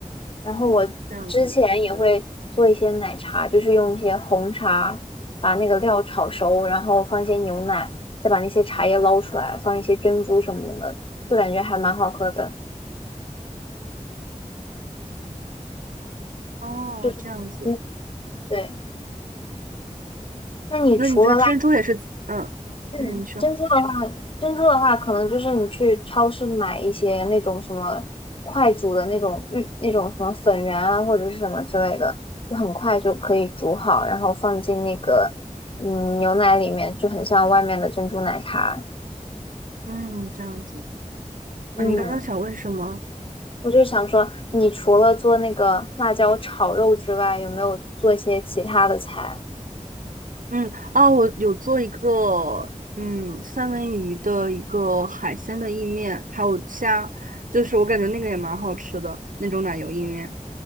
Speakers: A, on the left; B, on the right.
A: 然后我之前也会做一些奶茶，
B: 嗯，这样子，
A: 就是用一些红茶把那个料炒熟，然后放一些牛奶，再把那些茶叶捞出来，放一些珍珠什么的，就感觉还蛮好喝的。
B: 哦，
A: 就是，
B: 这样子，
A: 嗯，对。那你除了
B: 那你这个珍珠也是，嗯嗯，
A: 嗯，
B: 你说，
A: 珍珠的话，珍珠的话，可能就是你去超市买一些那种什么快煮的那种玉那种什么粉圆啊，或者是什么之类的，就很快就可以煮好，然后放进那个嗯牛奶里面，就很像外面的珍珠奶茶。
B: 嗯，这样子，
A: 嗯，
B: 啊，你刚刚想问什么？
A: 我就想说，你除了做那个辣椒炒肉之外，有没有做一些其他的菜？
B: 嗯，啊，我有做一个，嗯，三文鱼的一个海鲜的意面，还有虾，就是我感觉那个也蛮好吃的那种奶油意面。